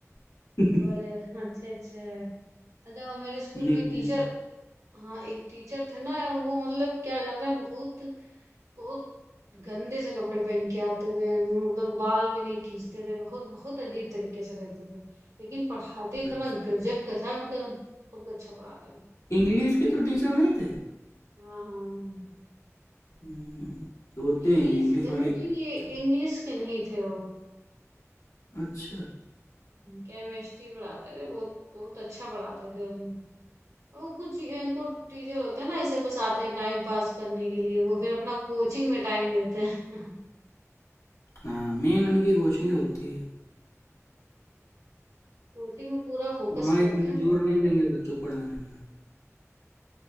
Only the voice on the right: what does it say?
बड़े अच्छे अच्छे हैं। अच्छा वो मेरे स्कूल
में एक टीचर हाँ एक टीचर थे ना यार वो मतलब क्या करते हैं बहुत बहुत गंदे से कपड़े पहन के आते थे मतलब बाल भी नहीं खींचते थे बहुत बहुत अजीब तरीके से रहते थे लेकिन पढ़ाते इतना
गजब का था उनका बहुत अच्छा पढ़ाते थे
हाँ हाँ
इंग्लिश
के
नहीं
नहीं
इंग्लिश के नहीं थे वो
केमिस्ट्री पढ़ाते थे बहुत बहुत अच्छा पढ़ाते थे हमें। वो कुछ अ, कुछ टीचर होते हैं ना ऐसे बस आते हैं टाइम पास करने के लिए वो फिर अपना कोचिंग में टाइम देते हैं <laughs>
कोचिंग में पूरा फोकस
करते
हैं